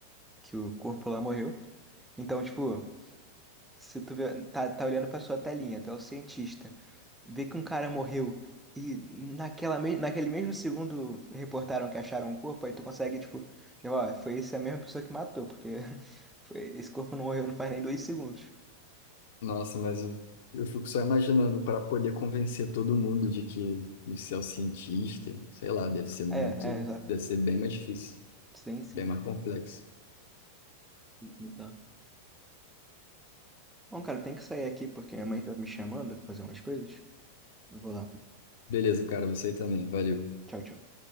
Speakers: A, in the centre; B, on the left.
A: que o corpo lá morreu. Então, tipo, se tu vê, tá, tá olhando pra sua telinha, tu é o cientista, vê que um cara morreu e naquela, me- naquele mesmo segundo reportaram que acharam um corpo, aí tu consegue, tipo, já, ó, foi essa mesma pessoa que matou, porque <laughs> foi, esse corpo não morreu não faz nem dois segundos.
B: Nossa, mas eu, eu fico só imaginando para poder convencer todo mundo de que você é o cientista, sei lá, deve ser muito,
A: É, é, exato.
B: deve ser bem mais difícil,
A: Sim, sim.
B: bem mais complexo.
A: Então. Bom, cara, tem que sair aqui porque minha mãe tá me chamando pra fazer umas coisas. Eu vou lá.
B: Beleza, cara, você também, valeu.
A: Tchau, tchau.